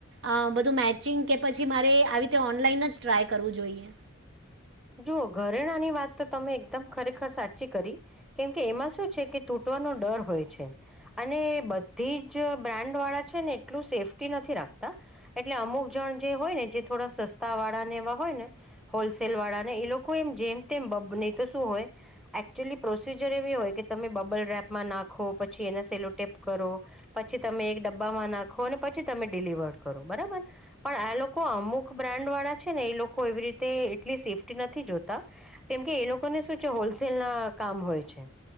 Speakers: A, on the right; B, in the centre.
A: અ બધું મેચિંગ કે પછી મારે આવી રીતે ઓનલાઈન જ ટ્રાય કરવું જોઈએ.
B: જુઓ ઘરેણાની વાત તો તમે એકદમ ખરેખર સાચી કરી કેમ કે એમાં શું છે કે તૂટ નો ડર હોય છે અને બધી જ બ્રાન્ડ વાળા છે ને એટલું સેફટી નથી રાખત તા એટલે અમુક જણ જે હોય ને જે થોડા સસ્તા વાળા ને એવા હોય ને હોલસેલ વાળા અને એ લોકો એમ જેમ તેમ બબ નહી તો શું હોય એકચુઅલી પ્રોસીજર એવી હોય કે તમે બબલ રેપ માં નાખો પછી એને સેલોટેપ કરો પછી તમે એક ડબ્બામાં નાખો અને પછી તમે ડિલિવર કટ કરી પણ આ લોકો અમુક બ્રાન્ડ વાળા છે ને એ લોકો એવી રીતે એટલી સેફ નથી જોતા કેમ કે એ લોકોને શું છે હોલસેલ ના કામ હોય છે.